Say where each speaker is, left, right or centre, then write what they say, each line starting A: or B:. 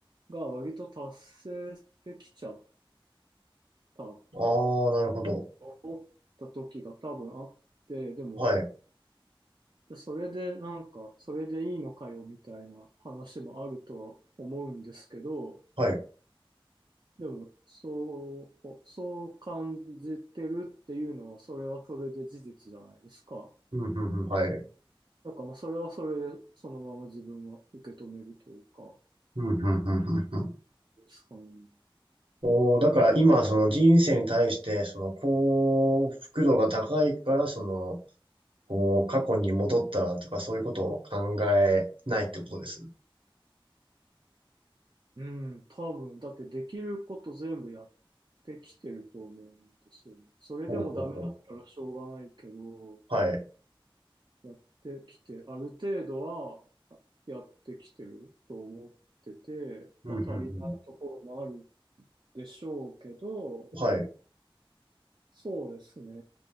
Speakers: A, on the right; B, on the right.
A: が割と達成できちゃったと
B: ああ、なるほど。
A: 思った時が多分あって、でも、
B: はい、
A: それでなんか、それでいいのかよみたいな話もあるとは思うんですけど、
B: はい。
A: でも、そう、そう感じてるっていうのは、それはそれで事実じゃないですか。
B: うん、うん、うん、はい。
A: なんかまあそれはそれでそのまま自分は受け止めるというか、
B: うん、うん、うん、うん、
A: ですかね。
B: おー、だから今、その人生に対して、その幸福度が高いから、その、こう、過去に戻ったらとか、そういうことを考えないってことです。
A: うん、多分、だってできること全部やってきてると思うんですよね。それでもダメだったらしょうがないけど、
B: ほうほうほう。はい。
A: やってきて、ある程度はやってきてると思ってて、
B: うん、
A: まあ足りないところもある
B: うん、うん。
A: でしょうけど、
B: はい、
A: そうですね。